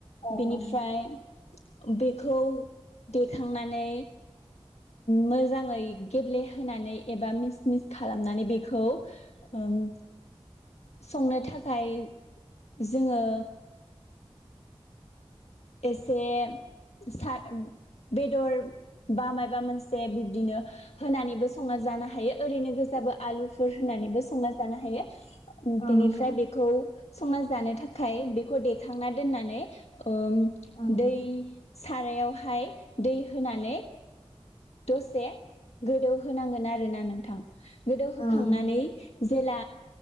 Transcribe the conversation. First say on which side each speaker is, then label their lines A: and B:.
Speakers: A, on the left; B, on the left.
A: औ
B: बिनिफ्राय
A: औ
B: बेखौ देखांनानै मोजाङै गेब्लेहोनानै एबा मिस मिस खालामनानै बेखौ ओम संनो थाखाय जोङो एसे सा बेदर बा मायबा मोनसे बिब्दिनो होनानैबो संना जानो हायो ओरैनो गोजाबो आलुफोर होनानैबो संना जानो हायो।
A: औ
B: बिनिफ्राय
A: नोंथां
B: बेखौ संना जानो थाखाय बेखौ देखांना दोननानै ओम
A: औ नोंथां
B: दै साराइयावहाय दै होनानै दसे गोदौहांगोन आरो ना नोंथां। गोदौ
A: औ
B: होखांनानै
A: नोंथां
B: जेला